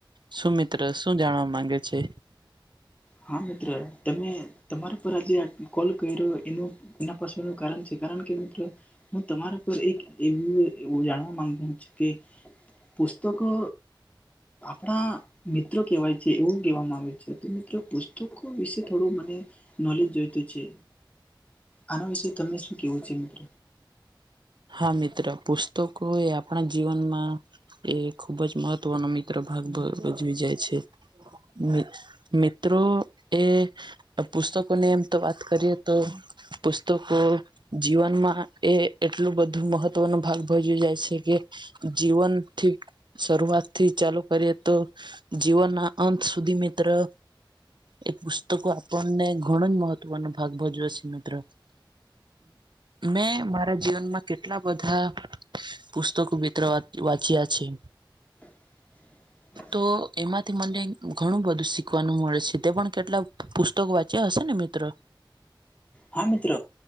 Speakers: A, on the right (about 65°); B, on the left (about 15°).
A: શું મિત્રસ શું જાણવા માંગે છે?
B: હા મિત્ર તમે તમારા પર આજે કોલ કર્યો એનું એના પાછળનું કારણ છે કારણ કે મિત્ર હું તમારા પર એક એવુંવ જાણવા માંગુ છું કે પુસ્તકો આપણા મિત્રો કહેવાય છે એવું કહેવામાં છે તો મિત્રો પુસ્તકો વિશે થોડો મને નોલેજ જોઈતો છે. આના વિશે તમને શું કેવું છે મિત્ર?
A: હા મિત્ર પુસ્તકો એ આપણા જીવનમાં એ ખુબ જ મહત્વનો મિત્ર ભાગ ભ ભજવી જાય છે. મિત મિત્ર તો એ પુસ્તકોની એમ તો વાત કરીએ તો પુસ તોકો જીવનમાં એ એટલું બધું મહત્વનો ભાગ ભજવી જાય છે, કે જીવનથી શરૂઆતથી ચાલુ કરીએ તો જીવનના અંત સુધી મિત્ર એ પુસ્તકો આપણને ઘણો જ મહત્વ નો ભાગ ભજવે છે, મિત્ર મેં <unintelligible> રા જીવનમાં કેટલા બધા પુસ્તકો મિત્ર વા વાંચ્યા છે.
B: <unintelligible> <inaudible>
A: તો એમાંથી મને ઘણું બધું શીખવાનું મળે છે, તે પણ કેટલા પુસ્તકો વાંચ્યા હશે ને મિત્ર?
B: હા મિત્ર